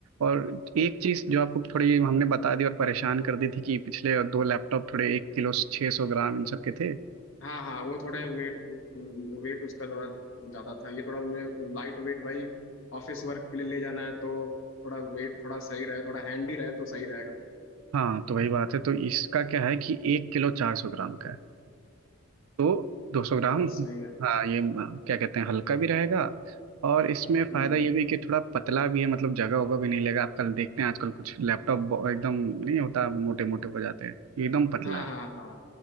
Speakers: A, on the right; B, on the left.
A: और एक चीज जो आपको थोड़ी हमने बता दी और परेशान कर दी थी कि पिछले दो लैपटॉप थोड़े एक किलो छः सौ ग्राम इन सब के थे
B: हाँ हाँ वो थोड़े वेट वेट उसका थोड़ा ज़्यादा था ये थोड़ा मुझे लाइट वेट भाई ऑफिस वर्क के लिए ले जाना है तो थोड़ा वेट थोड़ा सही रहे थोड़ा हैंडी रहे तो सही रहेगा
A: हाँ तो वही बात है तो इसका क्या है कि एक किलो चार सौ ग्राम का है तो 200
B: तो,
A: ग्राम
B: तो बहुत सही है
A: हाँ ये म- क्या कहते हैं हल्का भी रहेगा और इसमें
B: हम्म
A: फायदा ये भी कि थोड़ा पतला भी है मतलब जगह होगा भी नहीं लेगा आप कल देखते हैं आजकल कुछ लैपटॉप ब- एकदम नहीं होता मोटे मोटे हो जाते हैं ये एकदम पतला
B: हाँ हाँ
A: है
B: हाँ